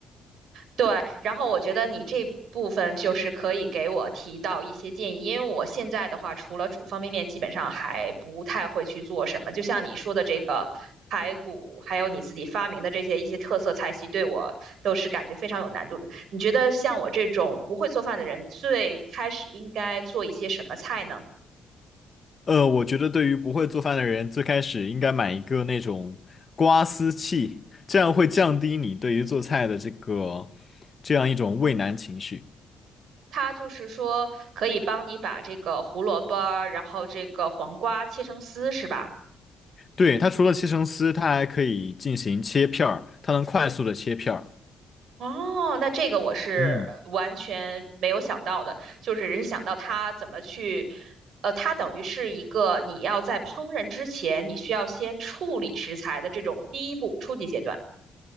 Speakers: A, on the right (about 70°); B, on the left (about 35°).
A: 对，然后我觉得你这部分就是可以给我提到一些建议，因为我现在的话，除了煮方便面，基本上还不太会去做什么。就像你说的这个排骨，还有你自己发明的这些一些特色菜系，对我都是感觉非常有难度的。你觉得像我这种不会做饭的人，最开始应该做一些什么菜呢？
B: 呃，我觉得对于不会做饭的人，最开始应该买一个那种刮丝器，这样会降低你对于做菜的这个这样一种畏难情绪。
A: 它就是说可以帮你把这个胡萝卜，然后这个黄瓜切成丝，是吧？
B: 对，它除了切成丝，它还可以进行切片儿，它能快速的切片儿。
A: 哦，那这个我是完全没有想到的，
B: 嗯。
A: 就只是想到它怎么去，呃，它等于是一个你要在烹饪之前，你需要先处理食材的这种第一步初级阶段，